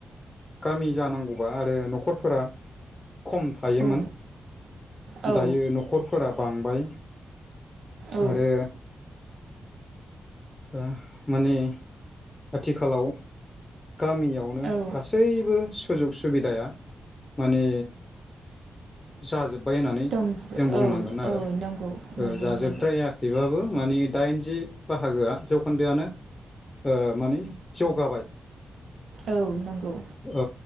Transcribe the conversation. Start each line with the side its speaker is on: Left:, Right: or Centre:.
Left: गामि जानांगौबा आरो न'खरफोरा खम थायोमोन
Right: औ औ
Left: दायो न'खरफोरा बांबाय
Right: औ
Left: आरो दा माने आथिखालाव गामियावनो
Right: औ
Left: गासैबो सुजुग सुबिदाया माने जाजोब बाय होननानै
Right: दंजोबो
Left: जों बुंनांगोन
Right: औ
Left: आरो
Right: औ नंगौ
Left: ओ
Right: नंगौ
Left: जाजोबद्रायाखैबाबो
Right: नंगौ
Left: माने दाइनजि बाहागोआ जौखोन्दोआनो ओ माने जौगाबाय
Right: औ नंगौ
Left: औ